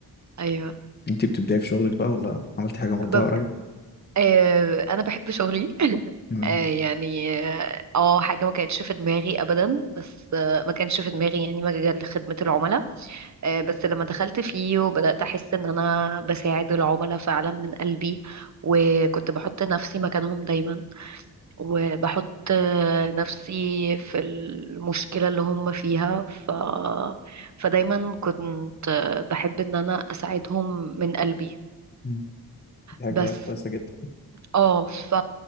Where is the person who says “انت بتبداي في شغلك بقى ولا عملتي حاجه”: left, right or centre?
Left